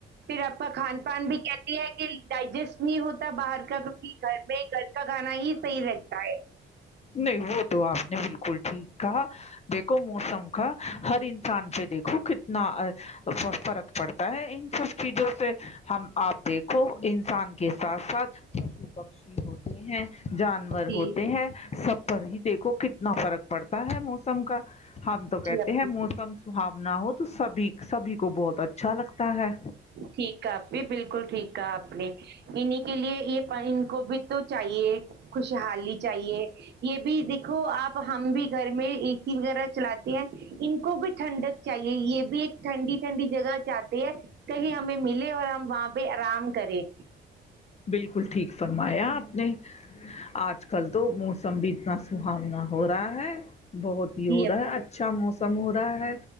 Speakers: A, on the right (about 60°); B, on the left (about 35°).
A: پھر آپ کا کھان پان بھی کیا کہ ڈائجسٹ نہیں ہوتا باہر کا کیکہ گھر میں گ کا گانا ہے پ رکھا ہے <unintelligible>
B: نہیں وہ تو آپ نے ب کلٹھی <unintelligible> کہ دیکھو موسم کا ہر انسان سے دیکھو کتنا فرق پڑتا ہے ان س چیزوں سے ہم آپ دیکھو ان انسان کے ساتھ ساتھ پشو پکشی ہوتے ہیں جانور
A: جی
B: ہوتے ہیں
A: جی
B: سب پر ہی دیکھو کتنا فرق پڑتا ہے موسم کا ہم تو
A: جی
B: کہتے
A: اپی
B: ہیں موسم سہاونا ہو تو سبھی سبھی کو بہت اچھا لگتا ہے
A: ٹھیک ہے اھی بالکل ٹھیک ہے انیں کے لیے یہ پر ان کو بھی تو چاہیے خوشحالی چاہیے یہ بھی دیکھو آپ ہم بھی گھر میں اے سی وغیرہ چلاتے ہیں ان کو بھی ٹھنڈک چاہیے یہ بھی ایک ٹھنڈی ٹھنڈی جگہ جات کہیں ہمیں ملے اور ہم وہاں پہ آرام کریں
B: بالکل ٹھیک فرمایا آپ نے آج کل تو موسم بھی اتنا سہونا ہو رہا ہے بہت ہی
A: جی
B: ہو رہا
A: اپی
B: ہے اچھا موسم سمہرا ہے